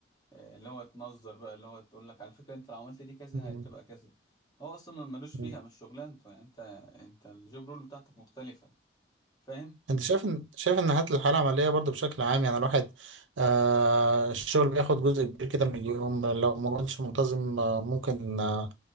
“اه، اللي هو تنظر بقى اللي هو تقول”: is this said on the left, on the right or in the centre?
Left